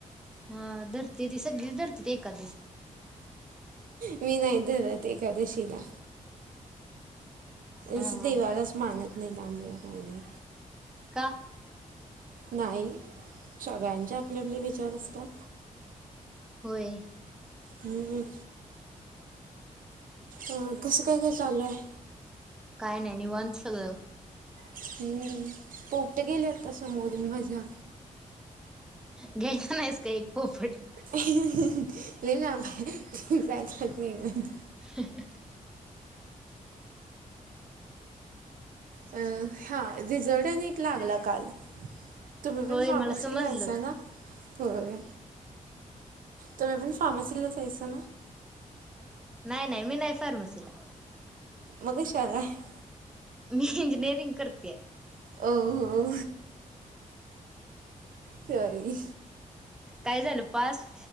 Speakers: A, in the centre; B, on the right.
A: हा धरते ती, सगळीच धरते ती एकादस.
B: मी नाही धरत एकादशीला.
A: हा
B: इस देवालाच
A: हा
B: मानत नाही त्यामुळं काय नाही.
A: का?
B: नाही, सगळ्यांचे आपले आपले विचार असतात.
A: होय.
B: ह अ, कसं काय काय चालू हाय?
A: काय नाही निवांत सगळं.
B: हम्म, पोपट गेले आता समोरून माझ्या.
A: घ्यायच नाहीस का एक पोपट?
B: हं हं लय लांब हाय <unintelligible>
A: <inaudible>
B: अ हा रिझल्ट अन एक लागला काल. तुम्ही पण
A: होय
B: फार्म
A: मला समजलं
B: सीला आहेसां ना? होय तुम्ही पण फार्मसीला हायसा?
A: नाही नाही मी नाही फार्मसीला.
B: मग कशाला आहे?
A: मी इंजिनिअरिंग करतेय
B: हो हो सॉरी.
A: काय झालं पास.